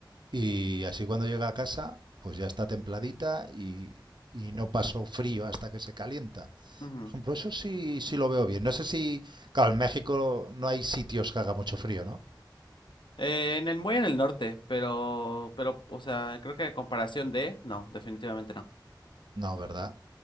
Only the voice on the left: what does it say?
ujú.
Eh, en el muy en el norte, pero, pero, o sea, creo que a comparación de, no, definitivamente no.
Ujú,